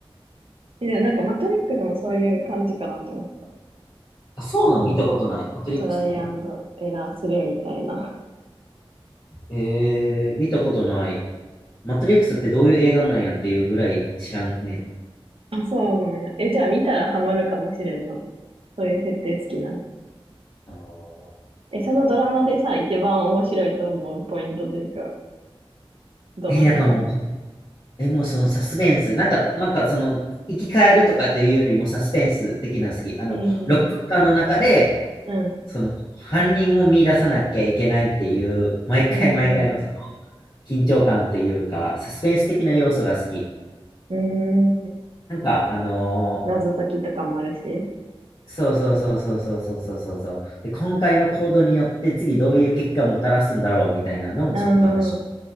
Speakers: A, on the right; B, on the left.
A: で、なんかマトリックスもそういう感じかなって思ってた。
B: あ、そうなの見たことない。
A: あんあトライアンドエラーするみたいな。
B: マトリックスもえー、見たことない。マトリックスってどういう映画なんやっていうぐらい知らんねん。
A: <laughs> あ、そうなんや。え、じゃあ見たらハマるかもしれんな。そういう設定好きなら。
B: あー
A: え、そのドラマでさ、一番面白いと思うポイントというか、どの辺
B: え、なんかもう、え、もうそのサスペンス、なんか、なんかその、生き返るとかというよりもサスペンス的なの好き。あの、
A: ええ
B: 6分間の中で、
A: うん、
B: その、犯人を見出さなきゃいけないっていう、毎回毎回のその、
A: うん、う
B: 緊張感というか、サスペンス的な要素が好き。
A: ん。うーん、
B: なんか、あの
A: 謎解きとかもあるし。
B: そうそうそうそうそうそうそうそうそう。で、今回の行動によって次どういう結果をもたらすんだろうみたいなのもちょっと楽しみ。
A: うん、